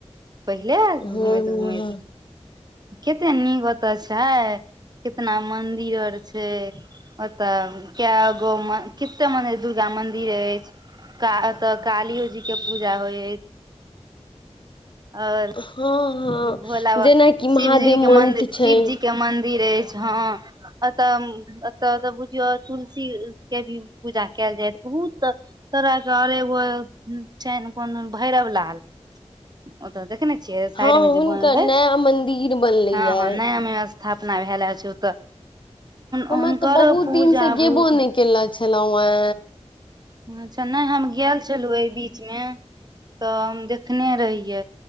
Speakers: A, on the right; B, on the left.
A: पहिले
B: हँ
A: घूमैत
B: हँ
A: घूमैत कते नीक ओतऽ छै कितना मंदिर आर छै ओतऽ क गोव मे कते मने दुर्गा मंदिर अछि का तऽ कालियो जी के पूजा होइ हइ और
B: हँ हँ
A: भोला बाबा
B: जेनाकि महादेव
A: शिवजी के
B: मंठ
A: मंदिर
B: छै
A: शिवजी के मंदिर अछि हँ एतऽ एतयऽ बुझियौ तुलसी के भी पूजा कयल जायत बहुत तोरह के आओर एगो छनि कोनो भैरव लाल ओतऽ देखने छियै साइड
B: हँ
A: में जे
B: हुनकर
A: बनल अछि
B: नया मंदिर बनले
A: हँ
B: या
A: हँ नया मे स्थापना भएल अछि ओतऽ
B: हमे
A: हुनकरो
B: तऽ बहुत
A: पूजा
B: दिन से गेबो
A: बहुत
B: नहि कनेे छलहुँ हँ
A: अच्छा नहि हम गेल छलहुँ एहि बीच मे तऽ हम देखने रहियै